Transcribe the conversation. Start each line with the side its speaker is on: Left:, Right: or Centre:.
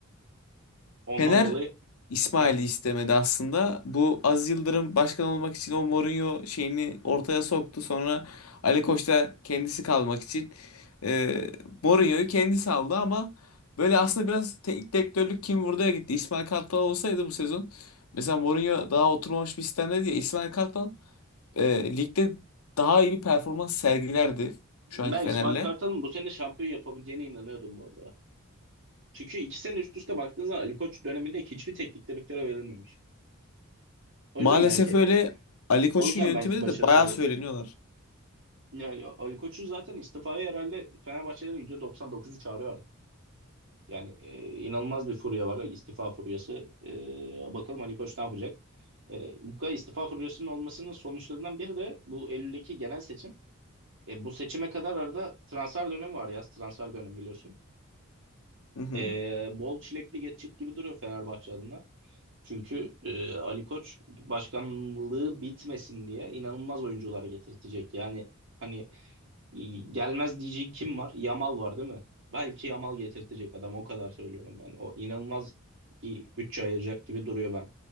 Right: Ondan
Left: Fener
Right: dolayı
Left: İsmail'i
Right: heh,
Left: istemedi aslında. Bu Aziz Yıldırım başkan olmak için o Mourinho şeyini ortaya soktu. Sonra Ali Koç da kendisi kalmak için e, Mourinho'yu kendisi aldı ama böyle aslında biraz teknik direktörlük kim buraya gitti. İsmail Kartal olsaydı bu sezon mesela Mourinho daha oturmamış bir sistemde diye İsmail Kartal e, ligde daha iyi bir performans sergilerdi şu
Right: ben
Left: anki Fener'le.
Right: İsmail Kartal'ın bu sene şampiyon yapabileceğine inanıyordum bu arada. Çünkü iki sene üst üste baktığınız zaman Ali Koç döneminde hiçbir teknik direktöre verilmemiş. O
Left: Maalesef
Right: yüzden belki
Left: öyle Ali Koç'un
Right: o yüzden
Left: yönetiminde
Right: belki başarısız
Left: de bayağı
Right: oluyor.
Left: söyleniyorlar.
Right: Ya, ya Ali Koç'u zaten istifaya herhalde Fenerbahçelerin %99'u çağırıyor artık. Yani e, inanılmaz bir furya var. istifa furyası. E, bakalım Ali Koç ne yapacak? E, bu kadar istifa furyasının olmasının sonuçlarından biri de bu Eylül'deki genel seçim. E, bu seçime kadar arada transfer dönemi var yaz. Transfer dönemi biliyorsun.
Left: Hı hı.
Right: E, bol çilekli geçecek gibi duruyor Fenerbahçe adına. Çünkü e, Ali Koç başkanlığı bitmesin diye inanılmaz oyuncular getirtecek. Yani hani Gelmez diyeceği kim var? Yamal var değil mi? Belki Yamal getirtecek adam o kadar söylüyorum yani. O inanılmaz bir bütçe ayıracak gibi duruyor ben.